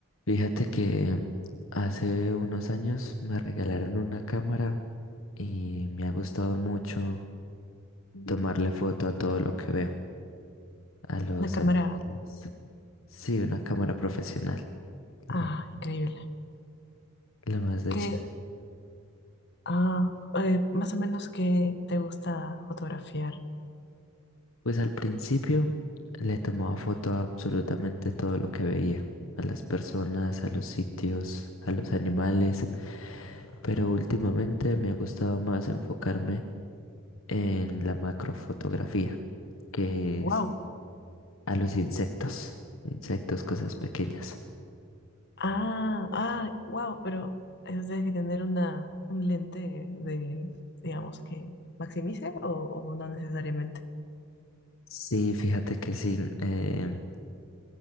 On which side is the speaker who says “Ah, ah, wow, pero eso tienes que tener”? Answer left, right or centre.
Left